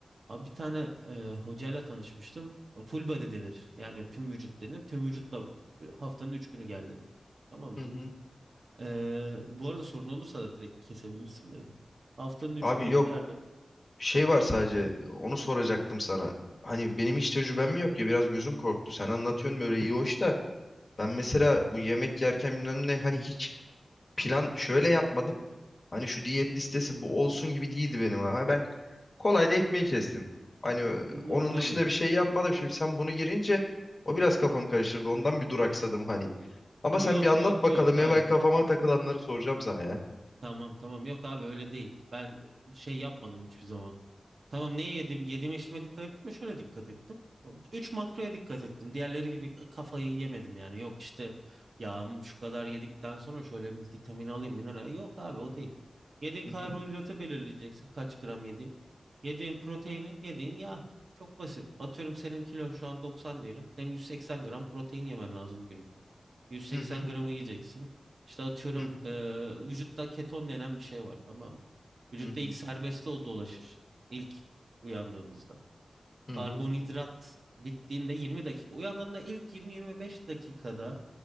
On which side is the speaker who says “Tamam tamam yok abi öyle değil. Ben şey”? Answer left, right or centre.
Right